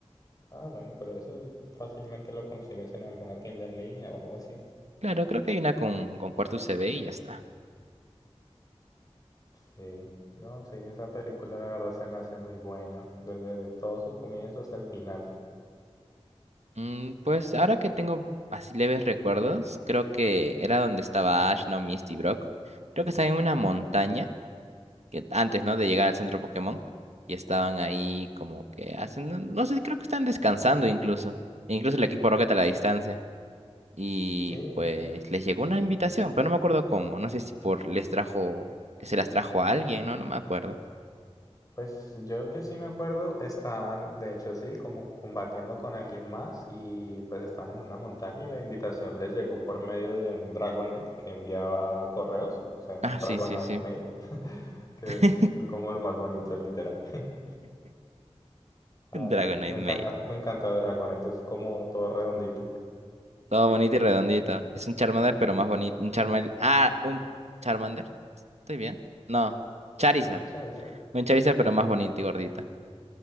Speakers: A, on the left; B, on the right.
A: Ah, bueno, pero eso fácilmente lo consigues en alguna tienda en línea o algo así.
B: Claro, creo que hay una con, con puerto USB y ya está.
A: Sí, no, sí, esa película la verdad se me hace muy buena, desde todo su comienzo hasta el final.
B: Mm, pues ahora que tengo así leves recuerdos, creo que era donde estaba Ash, no Misty, Brock. Creo que estaba en una montaña que antes, ¿no? De llegar al centro Pokémon. Y estaban ahí como que haciendo, no sé, creo que están descansando incluso. E Incluso el equipo Rocket a la distancia. Y
A: Sí,
B: pues les llegó una invitación, pero no me acuerdo cómo. No sé si por les trajo, se las trajo a alguien, ¿no? No me acuerdo.
A: pues yo que sí me acuerdo, están, de hecho sí, como combatiendo con alguien más y pues están en una montaña y la invitación les llegó por medio de un Dragonite que enviaba correos, o sea,
B: Ah,
A: un Dragonite
B: sí, sí, sí.
A: mail, <laughs> que
B: <laughs>
A: es como lo más bonito, literal. <laughs> Ay,
B: un Dragonite
A: sí, me
B: Mail.
A: encanta, me encanta Dragonite, es como todo redondito.
B: Todo bonito y redondito. Es un Charmander,
A: Mm,
B: pero más bonito. Un Charmander. Ah, un Charmander. ¿Estoy bien? No. Charizard.
A: Un Charizard.
B: Un Charizard, pero más bonito y gordito.